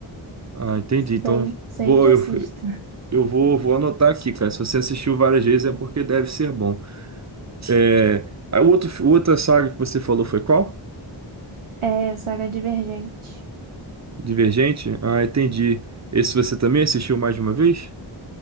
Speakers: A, on the right (about 35°); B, on the right (about 80°).
A: Ah, entendi.
B: Sem,
A: Então,
B: sempre
A: vou,
B: assisto.
A: eu, eu vou, vou anotar aqui, cara. Se você assistiu várias vezes é porque deve ser bom. É, a outra, outra saga que você falou foi qual?
B: É Saga Divergente.
A: Divergente? Ah, entendi. Esse você também assistiu mais de uma vez?